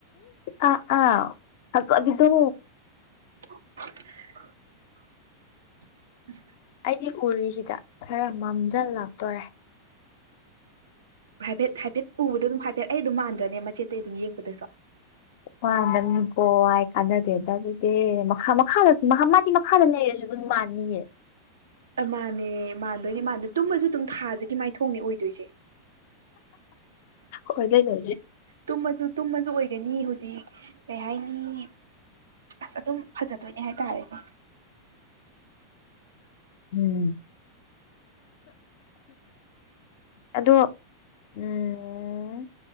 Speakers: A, on the left (about 60°); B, on the right (about 85°).
A: ꯑ ꯑꯥ ꯑꯗꯨꯗꯣ
B: <inaudible> <inaudible>
A: ꯑꯩꯗꯤ ꯎꯔꯤꯁꯤꯗ ꯈꯔ ꯃꯝꯖꯜ ꯂꯥꯛꯇꯣꯔꯦ
B: ꯍꯥꯏꯐꯦꯠ ꯍꯥꯏꯐꯦꯠ ꯎꯕꯗ ꯑꯗꯨꯝ ꯍꯥꯏꯐꯦꯠ ꯑꯩ ꯑꯗꯨꯝ ꯃꯥꯟꯗ꯭ꯔꯅꯦ ꯃꯆꯦꯠꯇꯩ ꯑꯗꯨꯝ ꯌꯦꯡꯕꯗꯁꯨ
A: ꯋꯥ ꯅꯪꯀꯣ ꯀꯥꯟꯅꯗꯦꯗꯗ ꯃꯈ ꯃꯈꯥꯗ ꯐꯥꯟ ꯂꯩꯔꯁꯨ ꯑꯗꯨꯝ ꯃꯅꯤꯌꯦ
B: ꯃꯥꯥꯟꯅꯦ ꯃꯥꯟꯗꯣꯏꯅꯦ ꯃꯥꯟꯗꯣꯏ ꯇꯨꯝꯃꯁꯨ ꯑꯗꯨꯝ ꯊꯥꯖꯒꯤ ꯃꯥꯏꯊꯣꯡꯅꯦ ꯑꯣꯏꯗꯣꯏꯁꯦ ꯎ
A: ꯈꯣꯏ ꯂꯩ ꯅ
B: ꯇꯨꯝꯃꯁꯨ ꯇꯨꯝꯃꯁꯨ ꯑꯣꯏꯒꯅꯤ ꯍꯧꯖꯤꯛ ꯀꯩ ꯍꯥꯏꯅꯤ ꯑꯁ ꯑꯗꯨꯝ ꯐꯖꯗꯣꯏꯅꯦ ꯍꯥꯏꯇꯥꯔꯦꯅꯦ
A: ꯎꯝ ꯑꯗꯣ ꯎꯝ